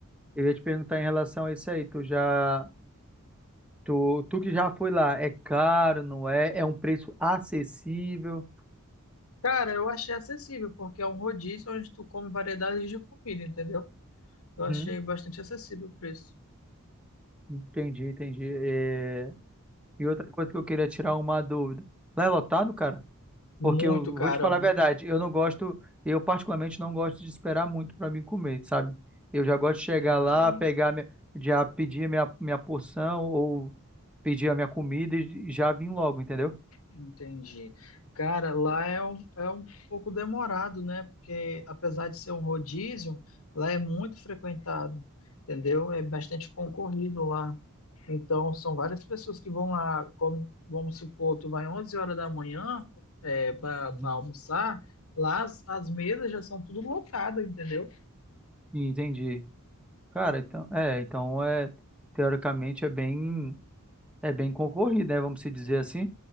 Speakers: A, in the centre; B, on the left.
A: eu ia te perguntar em relação a isso aí, tu já, tu, tu que já foi lá, é caro, não é? É um preço acessível?
B: Cara, eu achei acessível, porque é um rodízio onde tu come variedades de comida, entendeu? Eu achei
A: Uhum,
B: bastante acessível o preço.
A: entendi, entendi. É, e outra coisa que eu queria tirar uma dúvida, lá é lotado, cara?
B: Muito,
A: Porque eu
B: cara.
A: vou te falar a verdade, eu não gosto, eu particularmente não gosto de esperar muito para mim comer, sabe? Eu já gosto
B: Entendi.
A: de chegar lá, pegar minha, já pedir minha, minha porção ou pedir a minha comida e já vim logo, entendeu?
B: Entendi. Cara, lá é um, é um pouco demorado, né? Porque apesar de ser um rodízio, lá é muito frequentado, entendeu? É bastante concorrido lá. Então, são várias pessoas que vão lá, como, vamos supor, tu vai 11 horas da manhã é, para
A: Uhum.
B: almoçar, lá as, as mesas já são tudo lotadas, entendeu?
A: Entendi. Cara, então, é, então é, teoricamente é bem, é bem concorrido, né? Vamos se dizer assim.